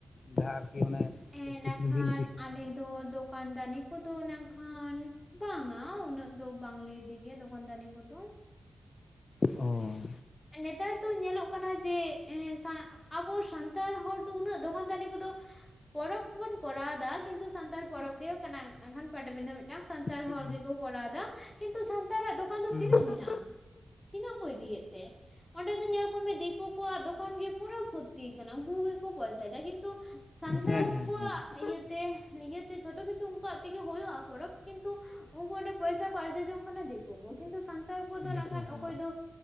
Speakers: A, on the left; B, on the left.
A: ᱡᱟᱦᱟᱸ ᱚᱱᱮ
B: ᱮᱸ
A: ᱥᱩᱠᱨᱤ
B: ᱱᱟᱜ ᱠᱷᱟᱱ
A: ᱡᱤᱞ ᱯᱤᱴᱷᱟᱹ
B: ᱟᱞᱮ
A: ᱠᱚ
B: ᱫᱚ ᱫᱚ ᱠᱟᱱ ᱫᱟᱹᱱᱤ ᱠᱚᱫᱚ ᱱᱟᱜ ᱠᱷᱟᱱ ᱵᱟᱝᱼᱟ, ᱩᱱᱟᱹᱜ ᱫᱚ ᱵᱟᱝ ᱞᱮ ᱤᱫᱤ ᱜᱮᱭᱟ ᱫᱚᱠᱟᱱ ᱫᱟᱹᱱᱤ ᱠᱚᱫᱚ᱾
A: ᱚᱻ᱾
B: ᱮᱸ ᱱᱮᱛᱟᱨ ᱫᱚ ᱧᱮᱞᱚᱜ ᱠᱟᱱᱟ ᱡᱮ ᱮ ᱥᱟᱸ ᱟᱵᱚ ᱥᱟᱱᱛᱟᱲ ᱦᱚᱲ ᱫᱚ ᱩᱱᱟᱹᱜ ᱫᱚᱠᱟᱱ ᱫᱟᱹᱱᱤ ᱠᱚᱫᱚ ᱯᱚᱨᱚᱵᱽ ᱠᱚ ᱵᱚᱱ ᱠᱚᱨᱟᱣ ᱮᱫᱟ ᱠᱤᱱᱛᱩ ᱥᱟᱱᱛᱟᱲ ᱯᱚᱨᱚᱵᱽ ᱜᱮ ᱠᱟᱱᱟ, ᱢᱮᱱᱠᱷᱟᱱ ᱯᱟᱴᱟᱵᱤᱸᱫᱟᱹ ᱢᱤᱫᱴᱟᱱ ᱥᱟᱱᱛᱟᱲ
A: ᱦᱩᱸ
B: ᱦᱚᱲ ᱜᱮᱠᱚ ᱠᱚᱨᱟᱣ ᱮᱫᱟ᱾ ᱠᱤᱱᱛᱩ ᱥᱟᱱᱛᱟᱲᱟᱜ ᱫᱚᱠᱟᱱ ᱫᱚ
A: ᱦᱩᱸ
B: ᱛᱤᱱᱟᱹᱜ ᱢᱮᱱᱟᱜᱼᱟ? ᱛᱤᱱᱟᱹᱜ ᱠᱚ ᱤᱫᱤᱭᱮᱫ ᱛᱮ? ᱚᱸᱰᱮ ᱫᱚ ᱧᱮᱞ ᱠᱚᱢᱮ ᱫᱤᱠᱩ ᱠᱚᱣᱟᱜ ᱫᱚᱠᱟᱱ ᱜᱮ ᱯᱩᱨᱟᱹ ᱵᱷᱚᱨᱛᱤᱭ ᱠᱟᱱᱟ, ᱩᱱᱠᱩ ᱜᱮᱠᱚ ᱯᱚᱭᱥᱟᱭᱮᱫᱟ ᱠᱤᱱᱛᱩ ᱥᱟᱱᱛᱟᱲ
A: ᱦᱮᱸ ᱦᱮᱸ
B: ᱠᱚᱣᱟᱜ
A: ᱦᱮᱸ
B: ᱤᱭᱟᱹᱛᱮ ᱤᱭᱟᱹᱛᱮ ᱡᱷᱚᱛᱚ ᱠᱤᱪᱷᱩ ᱩᱝᱠᱩᱣᱟᱜ ᱛᱮᱜᱮ ᱦᱩᱭᱩᱜᱼᱟ ᱯᱚᱨᱚᱵᱽ, ᱠᱤᱱᱛᱩ ᱩᱝᱠᱩ ᱚᱸᱰᱮ ᱯᱚᱭᱥᱟ ᱠᱚ ᱟᱨᱡᱟᱣ ᱡᱚᱝ ᱠᱟᱱᱟ ᱫᱤᱠᱩ ᱠᱚ, ᱠᱤᱱᱛᱩ ᱥᱟᱱᱛᱟᱲ ᱠᱚᱫᱚ
A: ᱫᱤᱠᱩ
B: ᱱᱟᱜ ᱠᱷᱟᱱ
A: ᱠᱚ
B: ᱚᱠᱚᱭ ᱫᱚ